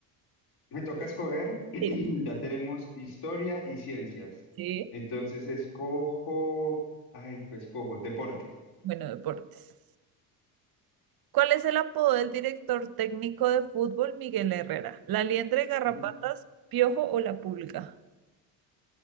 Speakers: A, on the left; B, on the right.
A: Me toca escoger. <clears throat>
B: Sí,
A: Ya tenemos historia y ciencias.
B: sí.
A: Entonces escojo. Ay, pues escojo. Deportes.
B: Bueno, deportes. ¿Cuál es el apodo del director técnico de fútbol Miguel Herrera? ¿La liendre, garrapatas,
A: Mm,
B: piojo o la pulga?